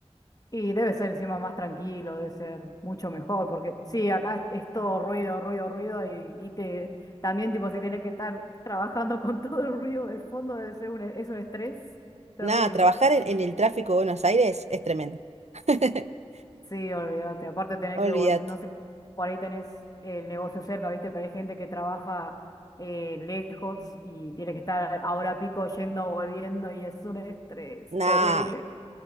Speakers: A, on the left; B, on the right.
A: Y debe ser encima más tranquilo, debe ser mucho mejor, porque sí, acá es es todo ruido, ruido, ruido, y, y te también tipo si tenés que estar trabajando <laughs> con todo el ruido de fondo, debe ser un, es un estrés terrible.
B: Nada, trabajar en, en el tráfico de Buenos Aires es tremendo. <laughs>
A: Sí, olvídate. Aparte tener
B: Olvídate.
A: que, vol- no sé, por ahí tenés el negocio cerca, ¿viste? Pero hay gente que trabaja eh, lejos y tiene que estar a hora pico yendo, volviendo, y es un estrés
B: Nah.
A: horrible.